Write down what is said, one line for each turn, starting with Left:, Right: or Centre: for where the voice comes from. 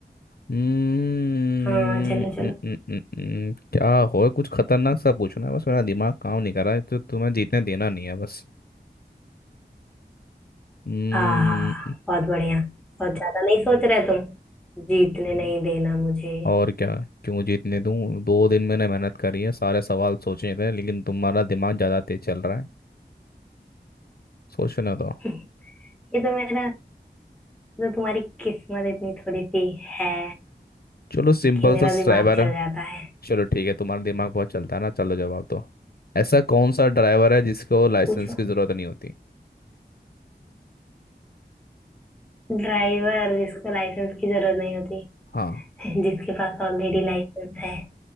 Left: हम्म
Centre: हाँ चलो चलो
Left: न- न- न- न- क्या हो कुछ खतरनाक सा पूछना है बस मेरा दिमाग काम नहीं कर रहा है तो तुम्हें जीतने देना नहीं है बस हम्म
Centre: हाँ बहुत बढ़िया बहुत ज्यादा नहीं सोच रहे तुम जीतने नहीं देना मुझे
Left: और क्या क्यों जीतने दूं दो दिन मैंने मेहनत करी है सारे सवाल सोचे थे लेकिन तुम्हारा दिमाग ज़्यादा तेज चल रहा है सोचने दो
Centre: ये तो मेरा तो तुम्हारी किस्मत इतनी थोड़ी सी है
Left: चलो सिंपल
Centre: कि मेरा
Left: सा
Centre: दिमाग
Left: ड्राइवर
Centre: चल जाता है
Left: चलो ठीक है तुम्हारा दिमाग बहुत चलता है ना चलो जवाब दो ऐसा कौन सा ड्राइवर है जिसको लाइसेंस
Centre: पूछो
Left: की ज़रूरत नहीं होती
Centre: ड्राइवर जिसको लाइसेंस की जरूरत नहीं होती
Left: हाँ
Centre: जिसके पास ऑलरेडी लाइसेंस है